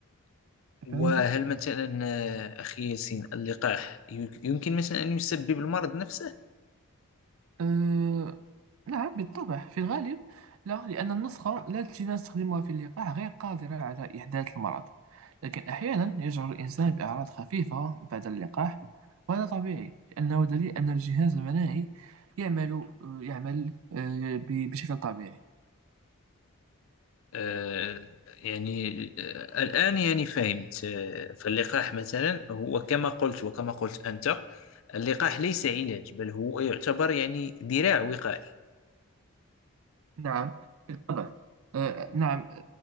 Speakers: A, on the right (about 65°); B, on the left (about 60°).
A: أفهمت؟
B: وهل مثلا آه، أخي ياسين اللقاح ي- يمكن مثلا أن يسبب المرض نفسه
A: أه نعم بالطبع في الغالب لا لأن النسخة لا التي نستخدمها في اللقاح غير قادرة على إحداث المرض لكن أحيانا يشعر الإنسان بأعراض خفيفة بعد اللقاح وهذا طبيعي لأنه دليل أن الجهاز المناعي يعمل آه، يعمل أه، ب- بشكل طبيعي
B: آه، يعني آه، الآن يعني فهمت آه، فاللقاح مثلا هو كما قلت وكما قلت أنت اللقاح ليس علاج بل هو يعتبر يعني ذراع وقائية
A: نعم بالطبع أه، نعم